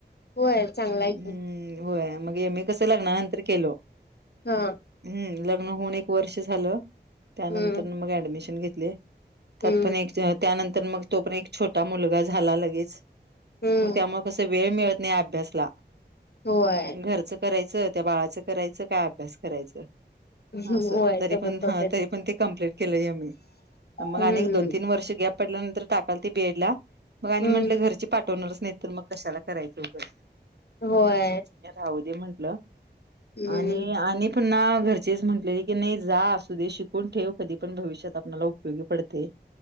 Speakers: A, on the left; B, on the right.
A: होय चांगला आहे
B: हम्म
A: की
B: होय मग मी कसं लग्नानंतर केल
A: हा
B: हम्म लग्न होऊन एक वर्ष झालं त्यानंतर
A: हम्म
B: मग ऍडमिशन घेतले त्यात
A: हम्म
B: पण त्यानंतर मग तो पण एक छोटा मुलगा झाला लगेच
A: हम्म
B: मग त्यामुळे कस वेळ मिळत नाही अभ्यासला
A: होय
B: घरचं करायचं त्या बाळाच करायचं काय अभ्यास करायचं
A: होय
B: अस तरी
A: तसच
B: पण ह
A: होतंय
B: त ते कंप्लीलेट केलं मी मग
A: हम्म
B: अनेक दोन तीन वर्ष गॅप पडल्यानंतर टाकाल त बीएड ला मग आणि
A: हम्म
B: म्हंटलं घरची पाठवणारच नाही तर मग कशाला करायचं उगस
A: होय
B: राह दे म्हंटलं
A: हम्म
B: आणि आणि पुन्हा घरचेच म्हंटलेले की नाही जा असू दे शिक कोण ठेव कधी पण भविष्यात आपला उपयोगी पडते